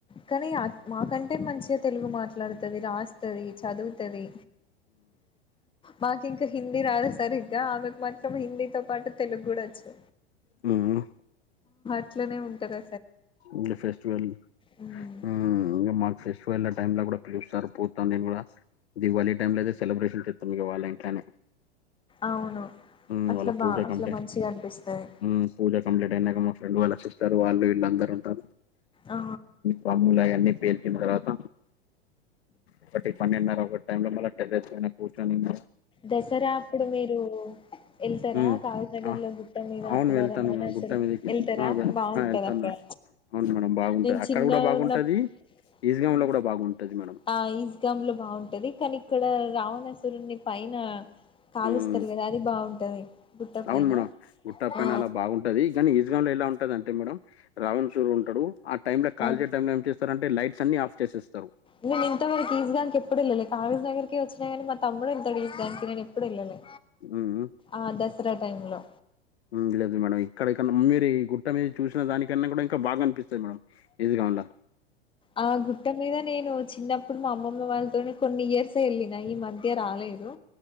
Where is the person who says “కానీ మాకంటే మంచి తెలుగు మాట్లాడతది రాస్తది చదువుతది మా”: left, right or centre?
Left